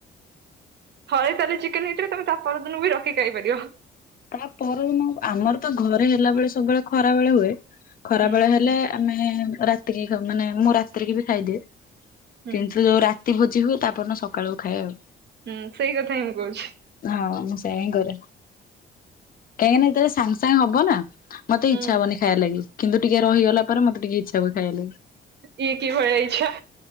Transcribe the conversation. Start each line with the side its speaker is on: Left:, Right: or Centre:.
Right: ଘରେ ତାହେ ଚିକେନ ହେଇଥିଲେ ତମେ ତ ପରଦିନ ବି ରଖି ଖାଇପାରିବ।
Left: ତାପ ପରଦିନ ଆମର ତ ଘରେ ହେଲା ବଳେ ସବୁବେଳେ ଖରା ବେଳେ ହୁଏ। ଖରା
Right: ହୁଁ
Left: ବେଳେ ହେଲେ ଆମେ ରାତିକି ଖାଉ ମାନେ ମୁଁ ରାତିରେ କି ବି ଖାଇଦିଏ।
Right: ହୁଁ।
Left: କିନ୍ତୁ ଯୋଉ ରା ରାତି ଭୋଜି ହୁଏ ତା ପରଦିନ ସକାଳୁ ଖାଏ ଆଉ।
Right: ହୁଁ ସେଇ କଥା ହିଁ ମୁଁ କହୁଛି।
Left: ହଁ ମୁଁ ସେଇଁଆ ଘରେ। ଏଇନେ ଏତେ ସାଙ୍ଗେ ସାଙ୍ଗେ ହବ ନା ମତେ
Right: ହୁଁ
Left: ଇଚ୍ଛା
Right: ହୁଁ।
Left: ହବନି ଖାଇଆ ଲାଗି କିନ୍ତୁ ଟିକେ ରହିଗଲା ପରେ ମତେ ଟିକେ ଇଚ୍ଛା ହୁଏ ଖାଇଆ ଲାଗି।
Right: ଇଏ କି ଭଳିଆ ଇଛା।